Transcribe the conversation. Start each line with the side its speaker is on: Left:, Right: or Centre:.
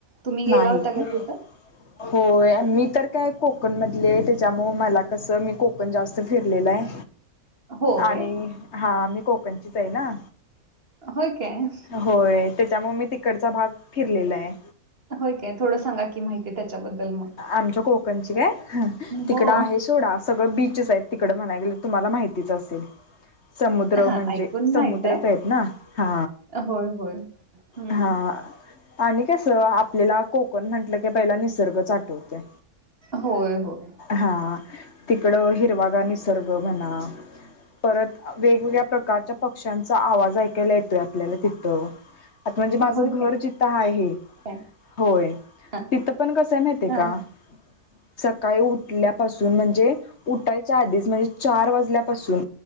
Right: तुम्ही गेला
Left: नाही
Right: होता काय
Left: का.
Right: कुठं
Left: होय मी तर काय कोकण मधली आहे त्याच्यामुळ मला कसं मी कोकण जास्त फिरलेलं आहे.
Right: होय
Left: आणि हा मी कोकणचीच आहेना.
Right: होय काय.
Left: होय त्याच्यामुळे मी तिकडचा भाग फिरलेला आहे.
Right: होय काय थोडं सांगा की माहिती आहे त्याच्याबद्दल मग.
Left: आमच्या कोकणची काय तिकडं
Right: हो
Left: आहे सोडा सगळं बीचस आहेत. तिकडं म्हणाय गेलं तुम्हाला माहितीच असेल. समुद्र
Right: हा
Left: म्हणजे
Right: ऐकून माहित
Left: समुद्रतच
Right: आहे
Left: आहेत ना हा
Right: होय होय हम्म
Left: हा. आणि कस आपल्याला कोकण म्हटलं की पहिला निसर्गच आठवते.
Right: होय होय.
Left: हा तिकड हिरवागार निसर्ग म्हणा परत वेगवेगळ्या प्रकारच्या पक्ष्यांचा आवाज ऐकायला येतोय आपल्याला तिथं. आता म्हणजे माझं
Right: होय
Left: घर जिथं आहे
Right: काय
Left: होय
Right: हा
Left: तिथं पण कस माहित आहे
Right: हा
Left: का ह <inaudible> सकाळी उठल्यापासून म्हणजे उठायच्या आधीच म्हणजे चार वाजल्यापासून